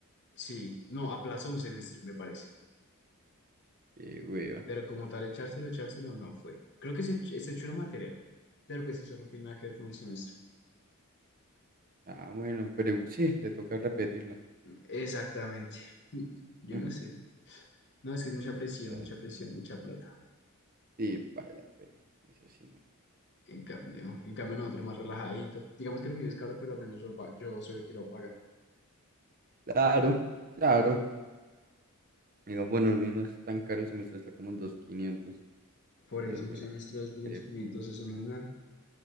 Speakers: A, on the left (about 50°); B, on the right (about 40°).
A: Sí, no, aplazó un semestre, me parece.
B: Qué hueva.
A: Pero como tal, echárselo, echárselo no fue. Creo que se, ech- se echó una materia, pero pues eso no tiene nada que ver con el semestre.
B: Ah, bueno, pero sí, le toca repetirla.
A: Exactamente. Mm, Yo
B: Mm,
A: no sé. No, es que es mucha
B: quién
A: presión,
B: sabe.
A: mucha presión, mucha plata.
B: Sí, para la pena. Eso sí, no.
A: En cambio, en cambio nosotros más relajadito. Digamos que lo mío es caro, pero al menos yo, lo pa- yo soy el que lo paga.
B: Claro, claro.
A: Mm.
B: Digo, bueno, a mí no es tan caro el semestre, está como en dos mil quinientos
A: Por
B: Entonces,
A: eso un
B: bueno,
A: semestre,
B: ahí,
A: dos millones
B: eh,
A: quinientos, eso no es nada.